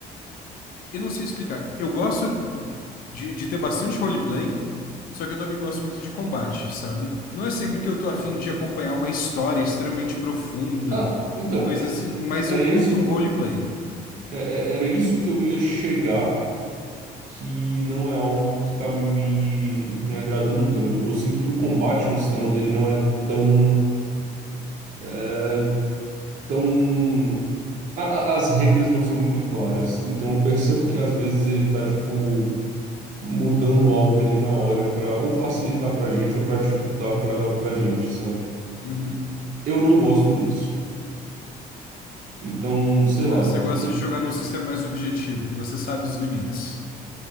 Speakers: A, on the left (about 60°); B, on the right (about 50°).
A: Eu não sei explicar. Eu gosto de, de ter bastante roleplay, só que eu também gosto muito de combate, sabe? Não é sempre que eu tô afim de acompanhar uma história extremamente profunda
B: Ah, então,
A: e coisa
B: é-
A: assim,
B: é-
A: mas
B: era
A: eu
B: esse...
A: curto um roleplay.
B: é- é- era isso que eu ia chegar que não é algo que tá me, me agradando tanto. Eu sinto que o combate no sistema dele não é tão, é, tão... a- a- as regras não são muito claras. Então eu percebo que às vezes ele tá, tipo, mudando algo ali na hora pra ou facilitar pra gente ou pra dificultar pra, pra gente, sabe?
A: Uhum.
B: Eu não gosto disso. Então, sei lá.
A: Ah, você gosta
B: E-
A: de jogar num sistema mais objetivo, que você sabe os limites.